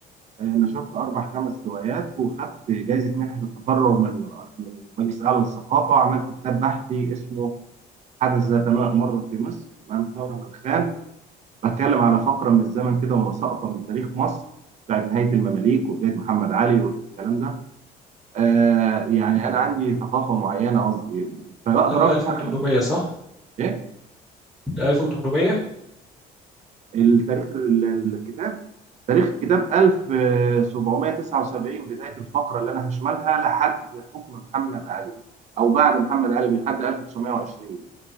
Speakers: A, on the right (about 45°); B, in the centre.
A: آه، نشرت أربع خمس روايات وخدت جايزة منحة التفرغ من من مجلس أعلى للثقافة وعملت كتاب بحثي اسمه حدث ذات مرة في مصر أمام ثورة من خان بتكلم على فقرة من الزمن كده وسقطة من تاريخ مصر بتاعت نهاية المماليك وبداية محمد علي والكلام ده آه يعني أنا عندي ثقافة معينة قصدي فبقدر
B: ال
A: أفهم
B: 1800 صح
A: إيه
B: ال 1800
A: التاريخ ال- ال- الكتاب تاريخ الكتاب 1779 بداية الفقرة اللي أنا هشملها لحد حكم محمد علي أو بعد محمد علي لحد 1920